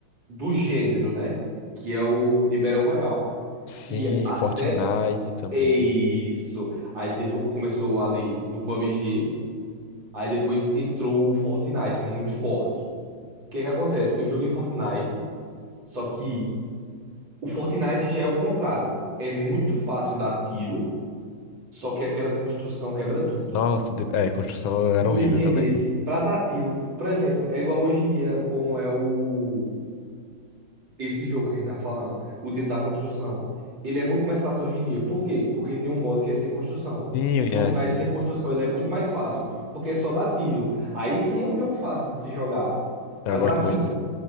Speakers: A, on the right; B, on the left.
A: do gênero, né? Que é o de Battle Royale.
B: Sim,
A: Que até
B: Fortnite também.
A: isso. Aí teve, o- começou ali no PUBG, aí depois entrou o Fortnite, muito forte. O que é que acontece? Eu joguei Fortnite, só que o Fortnite já é o contrário. É muito fácil dar tiro, só que aquela construção quebra tudo.
B: Nossa, de- é, construção era
A: tu
B: horrível
A: entendesse
B: também.
A: pra dar tiro. Por exemplo, é igual hoje em dia, como é o esse jogo que a gente tá falando, o Dia da Construção. Ele é muito mais fácil hoje em dia. Por quê? Porque tem um modo que é sem construção.
B: Sim,
A: O Fortnite
B: é, sim.
A: sem construção, ele é muito mais fácil, porque é só dar tiro. Aí sim é um jogo fácil de se jogar.
B: Eu
A: Mas
B: gosto
A: assim,
B: muito.